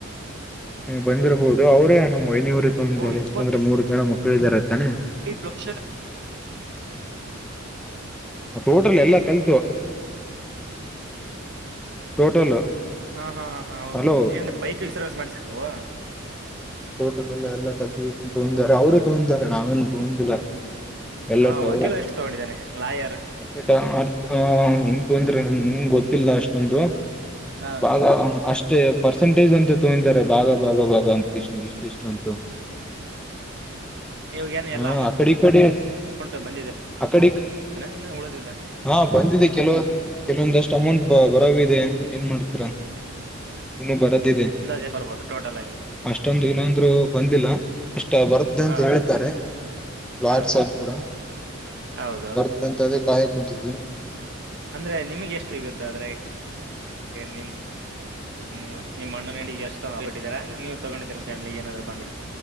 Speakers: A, in the centre; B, on the right (about 55°).
A: ಬಂದ್ರೆ. ಹೌದು ಅವ್ರೇ ನಮ್ಮ್ ವಹನಿಯವರು ತಗಂದಾರೆ
B: ಓ ಇಪ್ಪತ್ತೈದು
A: ಯಾಕಂದ್ರೆ ಮೂರು ಜನ ಮಕ್ಕಳ ಇದಾರೆತಾನೆ.
B: ಲಕ್ಷ.
A: ಹ ಟೋಟಲ್ ಎಲ್ಲಾ ಕಲ್ತು.
B: <inaudible>
A: ಟೋಟಲ್.
B: ಹಾಂ ಹಾಂ ಹಾ ಹಾ ಹೌದು
A: ಹಲೋ
B: ಏಂದ್ರ ಬೈಕ್ಿಗೆ ಸರ್ವೆಸ್ ಮಾಡಿಸಿ ನೀವು.
A: ಲ್ಲ ಎಲ್ಲ ತ ತಾರೆ ಅವರುೇ ತೋಂದಾರೆ ನಾವೇ. ಹಂದರ ಎಲ್ಲಟ
B: ಹಾ ವಕೀಲ
A: ಅವರ.
B: ಎಷ್ಟು ತಗೊಂಡಿದ್ದಾನೆ ಲಾಯರ್
A: <unintelligible> ಗೆ ಗೊತ್ತಿಲ್ಲ ಅಷ್ಟೊಂದು
B: ಹಾ
A: ಬ ಅಷ್ಟೇ ಪರ್ಸಂಟೇಜ್ ಅಂತ ತೊಗಿದ್ದಾರೆ. ಬಾಗ ಬಾಗ ಬಾಗ ಅಂತ ಕಷನ್ ಇಷ್ಟ ಇಷ್ಟ ಅಂತು.
B: ಇವಾಗ ಏನ್ ಎಲ್ಲಾ
A: ಹಾ ಅಕಡಿ ಕಡೆ.
B: ಅಮೌಂಟ್ ಬಂದಿದೆ
A: ಅ ಕಡೆ
B: ಇನ್ನು ಉಳಿದಿದೆ
A: ಹಾ ಬಂದಿದೆ ಕೆಲವ. ಕೆಲವೊಂದಷ್ಟು ಅಮೌಂಟ್ ಬ ಬರ ಇದೆ ಏನ್ ಮಾಡ್ತ ಇನ್ನುೂ ಬರದಿದೆ.
B: ಅಂದಾಜು ಎಷ್ಟು ಬರ್ಬೋದು ಟೋಟಲ್ ಆಗಿ
A: ಅಷ್ಟೊಂದು ಇನ್ನೊಂದ್ರು ಬಂದಿಲ್ಲ. ಅಷ್ಟ ಬರುತ್ತೆ ಅಂತ
B: ಹಾ
A: ಹೇಳಿದ್ದಾರೆ ಲಾಯರ್
B: ಹಾ ಹಾ
A: ಸಾಹಬ್ ಕೂಡ.
B: ಹೌದು
A: ಬರ್ತಂತದೇ ಕಾಯೆ ಕುಂತಿದ್ವಿ.
B: ಅಂದ್ರೆ ನಿಮಗೆ ಎಷ್ಟು ಇಗತ್ತ ಆದ್ರೆ ನಿ. ಹ್ಮ್ ನಿಮ್ ಮಣ್ಣುಿಗೆ ಎಷ್ಟು ತಬಟ್ಟಿದರ ನೀವು ತಗೊಂಡಿದೀರಿಿ ಫ್ಯಾಮಿಿಗೆ ಏನಾದರು ಬಂದ್ಯಾಾ.